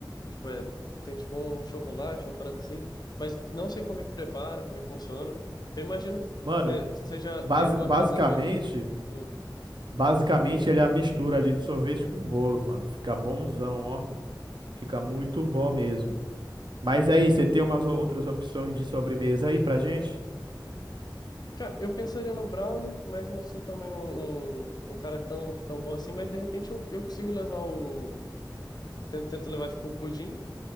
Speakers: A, on the left (about 55°); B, on the right (about 70°).
A: tipo, é, tem, tipo, um chocolate, uma parada assim, mas não sei como é que prepara, como é que funciona. Eu imagino que
B: Mano,
A: é, seja,
B: basi-
A: tem alguma
B: basicamente,
A: coisa a ver com... hum.
B: basicamente ele é a mistura ali de sorvete com bolo, mano. Fica bonzão, ó. Fica muito bom mesmo. Mas aí, você tem umas ou-
A: Uhum.
B: outras opções de sobremesa aí pra gente?
A: Cara, eu pensaria no Brownie, mas não sou também um, um, um cara tão, tão bom assim. Mas de repente eu, eu consigo levar o. Tento, tento levar tipo o pudim